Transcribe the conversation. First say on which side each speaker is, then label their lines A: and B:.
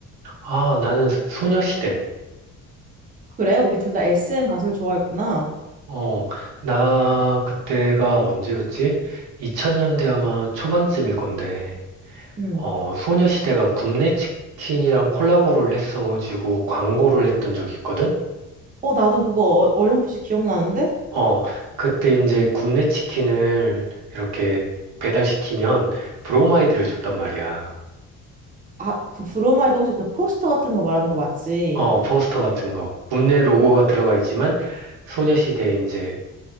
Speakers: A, on the right; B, on the right.
A: 아, 나는 소- 소녀시대.
B: 그래? 우리 둘 다 SM 가수를 좋아했구나.
A: 어, 나 그때가 언제였지? 2000년대 아마 초반쯤일 건데,
B: 음.
A: 어, 소녀시대가 굽네 치킨이랑 콜라보를 했어가지고 광고를 했던 적이 있거든?
B: 어, 나도 그거 어- 어렴풋이 기억나는데?
A: 어, 그때 이제 굽네 치킨을 이렇게 배달시키면 브로마이드를 줬단 말이야.
B: 아, 그 브로마이드 혹시 그 포스터 같은 거 말하는 거 맞지?
A: 어, 포스터 같은 거. 굽네 로고가 들어가 있지만, 소녀시대 이제